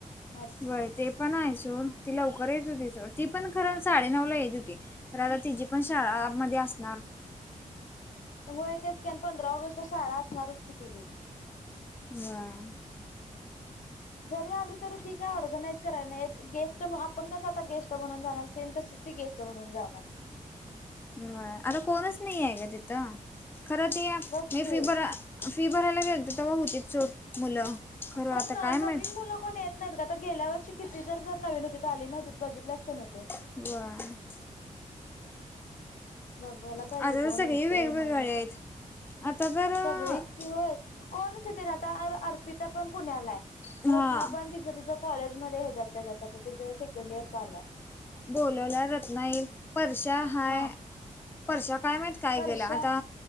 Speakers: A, on the left (about 70°); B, on the left (about 15°).
A: <inaudible>
B: होय ते पण आहे सोड ति लवकर येत होती सोड ती पण खर साडेनऊ ला येत होती. तर आता तीजी पण शाळामध्ये असणार.
A: त्यामुळें तेच की आणि पंधरा ऑगस्टला शाळा असणारच की तिजी.
B: होय.
A: जरी आली तरी ती काय ऑर्गनाइज करायला नाही एक गेस्ट आपण कस गेस्ट म्हणून जाणार सेम तशीच ती गेस्ट म्हणून जाणार.
B: आता कोणच नाही आहे ग तिथ खर ते
A: बघकी
B: मी फिबर फी भरायला गेलते तेव्हा होती सोड मुलं खरं
A: पण
B: आता काय
A: नवीन
B: माहित
A: मुल कोन येत नाहीत ग आता गेल्या वर्षी किती जर जण नवीन होती तर आली नव्हती बघितल्यास का नाही तु.
B: होय.
A: बघवायला पाहिजे
B: आता
A: कोण
B: तर सगळी
A: येत
B: वेगवेगळी
A: नाही येतय
B: आहेत आता जर
A: सगळीच कि होय कोणच इथ आता अर्पिता पण पुण्यालाय
B: हा
A: रत्ना पण तिच तिच कॉलेज मध्ये ह्याच्यात त्याच्यात तिच सेकंड इयर चालू हाय.
B: बोलवल्यावर रत्ना येईल परशा हाय
A: हा
B: परशा काय माहित काय
A: परशा
B: गेल आता